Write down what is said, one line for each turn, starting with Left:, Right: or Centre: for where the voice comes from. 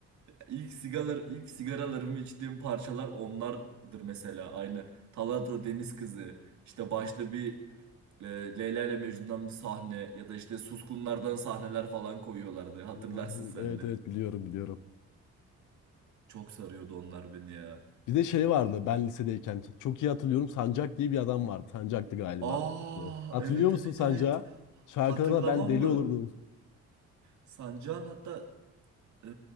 Right: İlk sigalar, ilk sigaralarımı içtiğim parçalar onlardır mesela aynen. Taladro Deniz Kızı. İşte başta bir e, Leyla ile Mecnun'dan bir sahne ya da işte Suskunlardan sahneler falan koyuyorlardı. Hatırlarsın
Left: Hı hı,
Right: sen
Left: Evet
Right: de.
Left: evet biliyorum biliyorum.
Right: Çok sarıyordu onlar beni ya.
Left: Bir de şey vardı ben lisedeyken çok iyi hatırlıyorum Sancak diye bir adam vardı. Sancak'tı galiba.
Right: Aa,
Left: Hatırlıyor
Right: evet
Left: musun
Right: evet
Left: Sancak'ı?
Right: evet.
Left: Şarkılarına
Right: Hatırlamam
Left: ben deli
Right: mı?
Left: olurdum.
Right: Sancağın hatta Ee,